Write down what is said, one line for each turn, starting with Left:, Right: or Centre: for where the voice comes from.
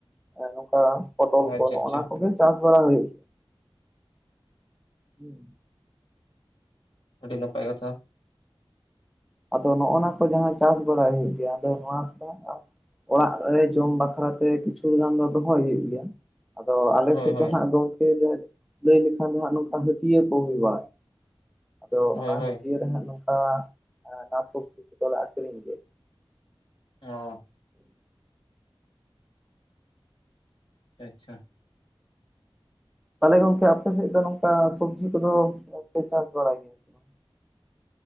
Centre: <unintelligible> ᱱᱚᱝᱠᱟ ᱯᱚᱴᱚᱞ
Left: ᱚ
Centre: ᱠᱚ
Left: ᱟᱪᱪᱷᱟ
Centre: ᱦᱚᱸᱜ
Left: ᱟᱪᱪᱷᱟ
Centre: ᱚᱱᱟ ᱠᱚᱜᱮ ᱪᱟᱥ ᱵᱟᱲᱟ ᱦᱩᱭ ᱜᱮᱭᱟ, ᱦᱩᱸ᱾
Left: ᱟᱰᱤ ᱱᱟᱯᱟᱭ ᱠᱟᱛᱷᱟ᱾
Centre: ᱟᱫᱚ ᱱᱚᱜᱼᱚ ᱱᱟ ᱠᱚ ᱡᱟᱦᱟᱸ ᱪᱟᱥ ᱵᱟᱲᱟᱭ ᱦᱩᱭᱩᱜ ᱜᱮᱭᱟ ᱟᱫᱚ ᱱᱚᱣᱟ ᱠᱚ <inaudible> ᱚᱲᱟᱜ ᱨᱮ ᱡᱚᱢ ᱵᱟᱠᱷᱨᱟ ᱛᱮ ᱠᱤᱪᱷᱩ ᱜᱟᱱ ᱫᱚ ᱫᱚᱦᱚᱭ ᱦᱩᱭᱩᱜ ᱜᱮᱭᱟ, ᱟᱫᱚ ᱟᱞᱮ
Left: ᱦᱳᱭ
Centre: ᱥᱮᱫ
Left: ᱦᱳᱭ
Centre: ᱫᱚ ᱦᱟᱸᱜ ᱜᱚᱝ ᱠᱮ <unintelligible> ᱞᱟᱹᱭ ᱞᱮᱠᱷᱟᱱ ᱫᱚ ᱦᱟᱸᱜ ᱱᱚᱝᱠᱟ ᱦᱟᱹᱴᱤᱭᱟᱹ ᱠᱚ ᱦᱩᱭ ᱵᱟᱲᱟᱭ, ᱟᱫᱚ ᱚᱱᱟ
Left: ᱦᱳᱭ ᱦᱳᱭ
Centre: ᱦᱟᱹᱴᱤᱭᱟᱹ ᱨᱮ ᱦᱟᱸᱜ ᱱᱚᱝᱠᱟ ᱟᱱᱟᱡ ᱥᱚᱵᱡᱤ ᱠᱚᱫᱚᱞᱮ ᱟᱠᱨᱤᱧ ᱜᱮ, <inaudible>
Left: ᱚ ᱟᱪᱪᱷᱟ ᱟᱪᱪᱷᱟ᱾
Centre: ᱛᱟᱦᱚᱞᱮ ᱜᱚᱝᱠᱮ ᱟᱯᱮ ᱥᱮᱫ ᱫᱚ ᱱᱚᱝᱠᱟ ᱥᱚᱵᱡᱤ ᱠᱚᱫᱚ ᱯᱮ ᱪᱟᱥ ᱵᱟᱲᱟᱭ ᱜᱮᱭᱟ? ᱥᱮ ᱵᱟᱝ